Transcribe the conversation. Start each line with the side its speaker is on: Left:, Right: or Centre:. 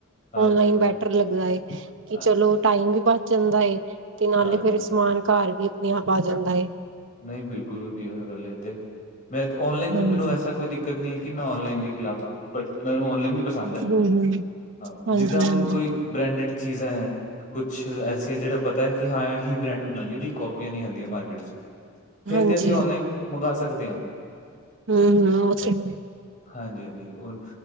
Left: ਹਾਂਜੀ!
Right: ਔਨਲਾਈਨ ਬੈਟਰ ਲੱਗਦਾ ਏ, ਕਿ
Left: ਹਾਂ
Right: ਚਲੋ! ਟਾਈਮ ਵੀ ਬਚ ਜਾਂਦਾ ਏ, ਤੇ ਨਾਲੇ਼
Left: ਹਾਂਜੀ,
Right: ਫੇ਼ਰ
Left: ਹਾਂਜੀ
Right: ਸਮਾਨ ਘਰ ਵੀ ਨੀਹਾ ਪਾ ਜਾਂਦਾ ਏ ।
Left: ਨਹੀਂ! ਬਿਲਕੁਲ ਵਧੀਆ ਗੱਲ ਐ ਏ ਤੇ, ''ਮੈਂ ਔਨਲਾਈਨ ਵੀ
Right: ਹਾਂਜੀ
Left: ਮੈਨੂੰ ਐਸਾ ਕੋਈ ਦਿੱਕਤ ਨੀ ਕਿ, ਮੈਂ ਔਨਲਾਈਨ ਦੇ ਖਿਲਾਫ਼ ਆਂ, ਬਟ! ਮੈਨੂੰ ਔਨਲਾਈਨ ਵੀ ਪਸੰਦ ਐ!
Right: ਹੂੰ ਹੂੰ
Left: ਹਾਂ!
Right: ਹਾਂਜੀ
Left: ਜਿੱਦਾਂ ਹੁਣ,
Right: ਹਾਂਜੀ
Left: ਕੋਈ ਬ੍ਰੈਂਡਿਡ ਚੀਜ਼ਾਂ ਹੈ, ਕੁਛ ਐਸੀਆਂ ਜਿਹੜਾ ਪਤਾ ਹੈ ਕਿ, ਹਾਂ। ਏਹੀ ਬ੍ਰੈਂਡ ਬਣਾਂਦੀ ਐ, ਜਿਹਦੀ ਕਾਪੀ ਨਈਂ ਆਉਂਦੀਆਂ ਮਾਰਕੀਟ'ਚ । ਫਿਰ
Right: ਹਾਂਜੀ
Left: ਤੇ, ਅਸੀਂ ਔਨਲਾਈਨ ਮੰਗਾ ਸਕਦੇ ਆਂ ।
Right: ਹੂੰ, ਹੂੰ, ਓ ਤੇ, ਹੈ।
Left: ਹਾਂਜੀ-ਹਾਂਜੀ, ਹੁਣ